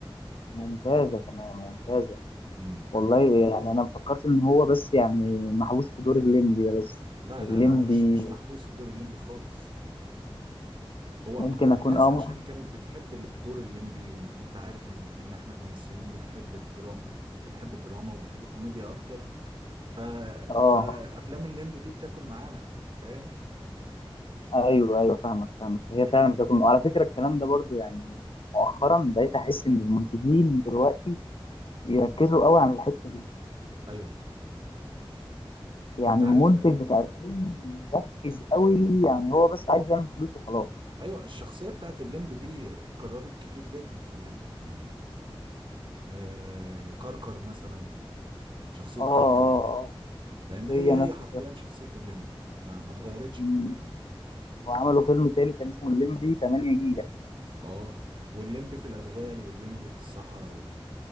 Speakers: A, on the left (about 65°); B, on the right (about 55°).
A: ممتازة كمان ممتازة
B: امم
A: والله يعني انا فكرت ان هو بس يعني محبوس في دور الليمبي ده بس
B: لا
A: الليمبي
B: لا لا هو مش مش محبوس في دور الليمبي خالص هو
A: ممكن
B: هو الناس
A: اكون اه
B: عشان
A: ممكن
B: كانت بتحب ال- دور الليمبي وانت عارف ان ان احنا كمصريين بنحب الدراما بنحب الدراما وبنحب الكوميديا اكتر ف...
A: اه
B: فافلام الليمبي دي بتاكل معانا يعني فاهم
A: ايوه ايوه فاهمك فاهمك هي فعلا بتكون وعلى فكرة الكلام ده برضو يعني مؤخرا بقيت احس ان المنتجين دلوقتي بيركزوا
B: امم
A: قوي على الحتة دي
B: ايوه
A: يعني
B: انت عارف
A: المنتج بتاع الفيلم مركز قوي يعني هو بس عايز يعمل فلوس وخلاص
B: ايوه الشخصيه بتاعت الليمبي دي اتكررت كتير جدا كمان يعني آه... كركر مثلا شخصيه
A: اه
B: كركر
A: اه
B: فاهم
A: اه
B: هي
A: هي
B: هي
A: نفس
B: حرفيا شخصيه الليمبي ما ما اتغيرتش
A: الشخص
B: كتير يعني
A: وعملوا فيلم تاني كان اسمه الليمبي 8 جيجا
B: اه والليمبي في الادغال والليمبي في الصحراء و...